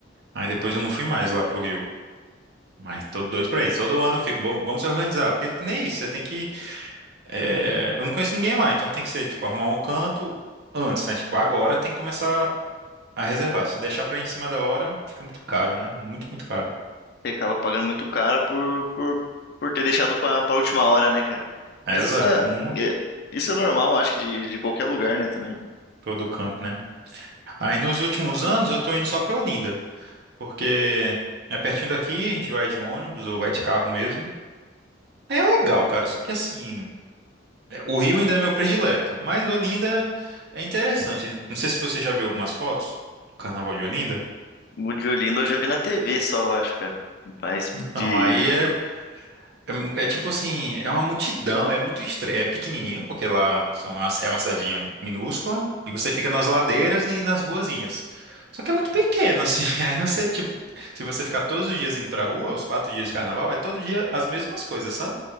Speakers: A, on the right (about 60°); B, on the left (about 55°).
A: Aí depois eu não fui mais lá pro Rio. Mas tô doido pra isso. Todo ano eu fico, vamos, vamos se organizar. Porque que nem isso, você tem que. é, Eu não conheço ninguém lá, então tem que ser, tipo, arrumar um canto antes, né? Tipo, agora tem que começar a reservar. Se deixar pra em cima da hora, fica muito caro, né? Muito, muito caro.
B: Você acaba pagando muito caro por, por, por ter deixado pra, pra última hora, né, cara?
A: É,
B: Mas
A: exato,
B: isso é,
A: muito.
B: é- isso é normal, acho que de, de qualquer lugar, né, também.
A: Todo canto, né? Aí nos últimos anos eu tô indo só pra Olinda, porque é pertinho daqui, a gente vai de ônibus ou vai de carro mesmo. É legal, cara, só que assim, é, o Rio ainda é meu predileto, mas Olinda é interessante. Não sei se você já viu algumas fotos do Carnaval de Olinda.
B: O de Olinda eu já vi na TV só, eu acho, cara. Mas
A: Então,
B: de...
A: aí é
B: de...
A: É, mu- é tipo assim, é uma multidão, é muito estranho, é pequenininho, porque lá são as- é uma cidadinha minúscula, e você fica nas ladeiras e nas ruazinhas. Só que é muito pequeno, assim, <laughs> aí você, tipo, se você ficar todos os dias indo pra rua, os quatro dias de carnaval, é todo dia as mesmas coisas, sabe?